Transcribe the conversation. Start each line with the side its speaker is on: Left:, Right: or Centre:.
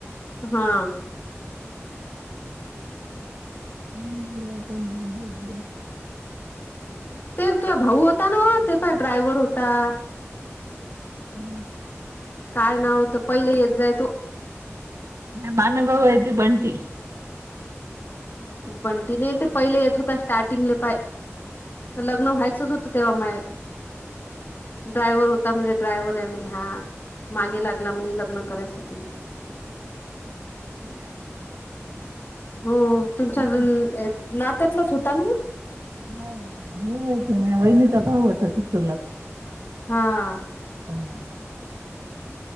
Left: हा
Right: <unintelligible>
Left: ते तुझा भाऊ होता ना. ते पाय ड्रायव्ह होता.
Right: <inaudible>
Left: काय नाव होतं. पहिले येत जाय तो.
Right: माझा मामेभाऊ आहे तो बंटी.
Left: बंटी नाही तो पहिले येत होता स्टार्टिंगले पाहय. लग्न व्हायचंच होतं तेव्हा माये. ड्रायव्हर होता म्हणे, ड्रायव्हर आहे म्हणे हा. मागे लागला म्हणे लग्न करायसाठी.
Right: <unintelligible>
Left: हो हो तुमच्या
Right: हा
Left: अजून नात्यातलाच होता ना व.
Right: हो हे माहीती आहे मह्या वहिनी चा भाऊ होता तो चुलत.
Left: हा
Right: <inaudible>